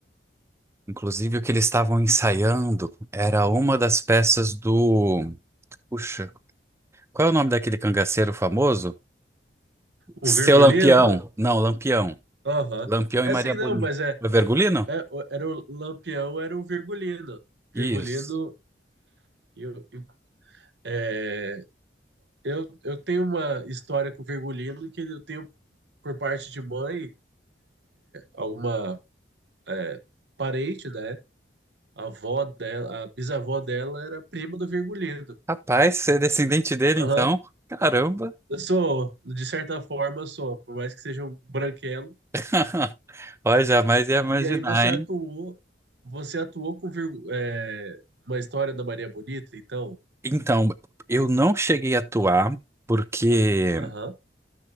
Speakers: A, on the right (about 15°); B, on the right (about 70°).
A: Inclusive, o que eles estavam ensaiando era uma das peças do. Puxa, qual é o nome daquele cangaceiro famoso?
B: O
A: Seu
B: Virgulino?
A: Lampião. Não, Lampião.
B: Aham.
A: Lampião
B: É
A: e Maria
B: assim
A: Bonita.
B: não, mas é,
A: É Vergulino?
B: é- o- era o Lampião, era o Virgulino. Virgulino,
A: Isso.
B: eu, eu- é, eu, eu tenho uma história com o Virgulino que eu tenho por parte de mãe, alguma é, parente, né? A avó dela, a bisavó dela era prima do Virgulino.
A: Rapaz, você é descendente dele,
B: Aham.
A: então? Caramba!
B: Eu sou, de certa forma, eu sou, por mais que seja um branquelo.
A: <laughs> Olha, jamais ia imaginar,
B: E aí você
A: hein?
B: atuou, você atuou com virgu- é, uma história da Maria Bonita, então?
A: Então, eu não cheguei a atuar porque
B: Aham.